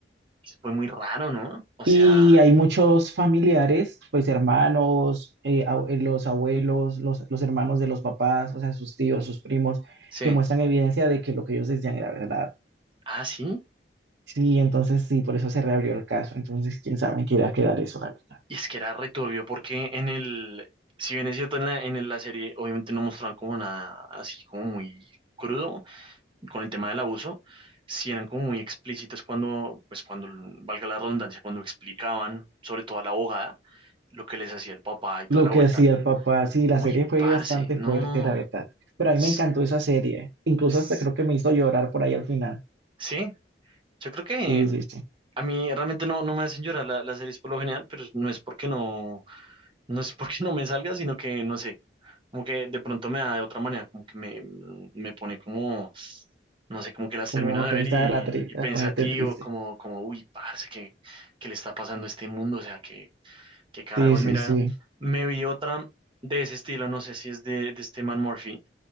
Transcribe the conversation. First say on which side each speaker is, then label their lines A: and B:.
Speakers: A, on the right; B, on the right.
A: Fue muy raro, ¿no? O
B: Y
A: sea,
B: hay muchos familiares, pues hermanos, eh, a- eh, los abuelos, los, los hermanos de los papás, o sea, sus tíos, sus primos,
A: sí.
B: que muestran evidencia de que lo que ellos decían era verdad.
A: Ah, sí.
B: Sí, entonces sí, por eso se reabrió el caso. Entonces, quién sabe en qué irá a quedar eso, la verdad.
A: Y es que era returbio porque en el, si bien es cierto, en la, en el- la serie obviamente no mostraban como nada así como muy crudo con el tema del abuso, sí eran como muy explícitos cuando, pues cuando, valga la redundancia, cuando explicaban, sobre todo a la abogada, lo que les hacía el papá y toda
B: Lo
A: la
B: que
A: vuelta.
B: hacía el papá, sí, la
A: Uy,
B: serie fue
A: parce,
B: bastante
A: no.
B: fuerte, la verdad. Pero a
A: Es-
B: mí me encantó esa serie. Incluso
A: es-
B: hasta creo que me hizo llorar por ahí al final.
A: sí, yo creo que
B: Sí, sí, sí.
A: A mí realmente no, no me hacen llorar la- las series por lo general, pero no es porque no, no es porque no me salga, sino que no sé, como que de pronto me da de otra manera, como que me, me pone como, no sé, como que las
B: Como
A: termino de
B: pensar
A: ver y,
B: a, tri-
A: y pensativo,
B: a ponerte triste.
A: como, como, uy, parce, ¿qué, qué le está pasando a este mundo? O sea, qué, qué carajos,
B: Sí, sí,
A: mira,
B: sí.
A: me vi otra de ese estilo, no sé si es de, de este man Murphy,